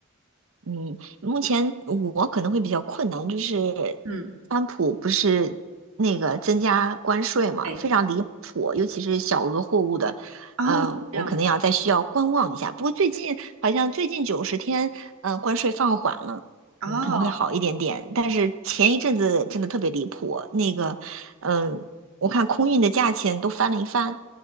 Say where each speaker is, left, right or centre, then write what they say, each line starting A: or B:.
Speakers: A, on the right; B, on the right.
A: 嗯，目前我可能会比较困难，就是川普不是那个增加关税嘛，
B: 嗯，对，
A: 非常离谱，尤其是小额货物的，
B: 哦，
A: 嗯、
B: 这样，
A: 我可能要再需要观望一下。不过最近好像最近九十天，嗯、关税放缓了，
B: 哦
A: 嗯，可能会好一点点。但是前一阵子真的特别离谱，那个，嗯，我看空运的价钱都翻了一番，